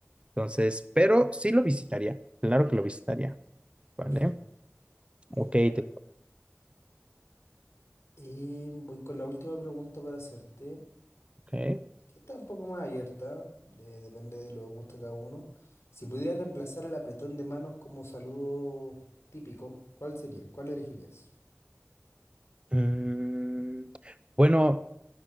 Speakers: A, on the right (about 25°); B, on the left (about 70°).
A: Entonces, pero sí lo visitaría, claro que lo visitaría,
B: perfecto.
A: ¿vale?
B: Mira,
A: Ok, te-
B: eh, voy con la última pregunta para hacerte,
A: ok.
B: que está un poco más abierta, de- depende de los gustos de cada uno. Si pudieras reemplazar el apretón de manos como saludo típico, ¿cuál sería? ¿Cuál elegirías?
A: Mm, bueno,